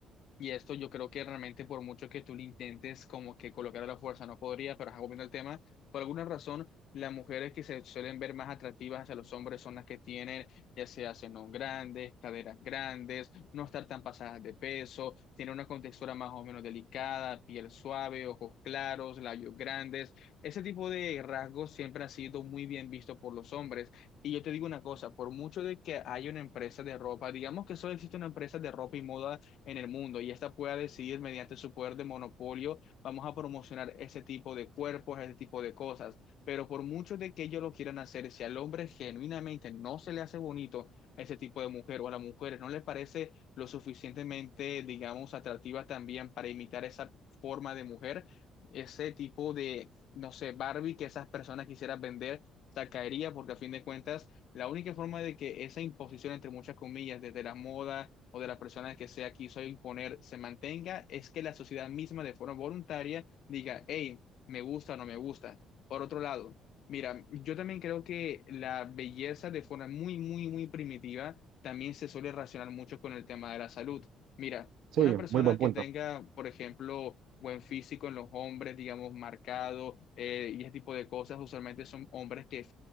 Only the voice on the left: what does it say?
y esto yo creo que realmente por mucho que tú lo intentes como que colocar a la fuerza no podría, pero ajá, volviendo al tema, por alguna razón las mujeres que se suelen ver más atractivas hacia los hombres son las que tienen ya sea senos grandes, caderas grandes, no estar tan pasadas de peso, tienen una contextura más o menos delicada, piel suave, ojos claros, labios grandes. Ese tipo de rasgos siempre ha sido muy bien visto por los hombres. Y yo te digo una cosa, por mucho de que haya una empresa de ropa, digamos que solo existe una empresa de ropa y moda en el mundo y esta pueda decidir mediante su poder de monopolio, vamos a promocionar ese tipo de cuerpos, ese tipo de cosas. Pero por mucho de que ellos lo quieran hacer, si al hombre genuinamente no se le hace bonito ese tipo de mujer o a las mujeres no le parece lo suficientemente, digamos, atractiva también para imitar esa forma de mujer, ese tipo de, no sé, Barbie que esas personas quisieran vender, se caería porque a fin de cuentas la única forma de que esa imposición, entre muchas comillas, desde la moda o de las personas que sea quiso imponer, se mantenga, es que la sociedad misma de forma voluntaria diga, hey, me gusta o no me gusta. Por otro lado, mira, yo también creo que la belleza de forma muy, muy, muy primitiva también se suele relacionar mucho con el tema de la salud. Mira,
una persona
que
tenga, por ejemplo, buen físico en los hombres, digamos, marcado eh, y ese tipo de cosas, usualmente son hombres que